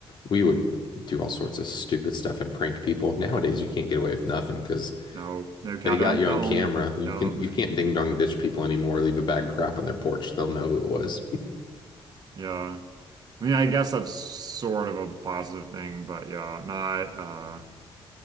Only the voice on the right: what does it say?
no, no countdown
film.
No.
<laughs>
Yeah. I mean, I guess that's sort of a positive thing, but yeah, not uh